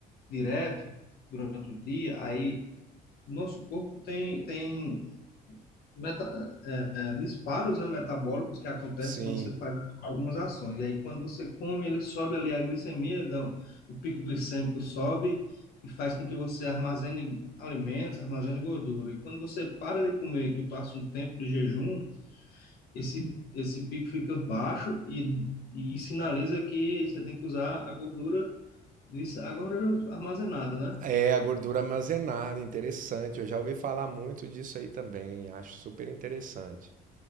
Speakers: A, on the left; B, on the right.
A: direto durante o dia, aí nosso corpo tem, tem meta, disparos, né, metabólicos que acontecem
B: sim.
A: quando você faz algumas ações. E aí, quando você come, ele sobe ali a glicemia, dá, um- o pico glicêmico sobe e faz com que você armazene alimentos, armazene gordura. E quando você para de comer, que passa um tempo de jejum, esse, esse pico fica baixo e, e sinaliza que você tem que usar a gordura, dis- a gordura armazenada, né?
B: É, a gordura armazenada, interessante. Eu já ouvi falar muito disso aí também, acho super interessante,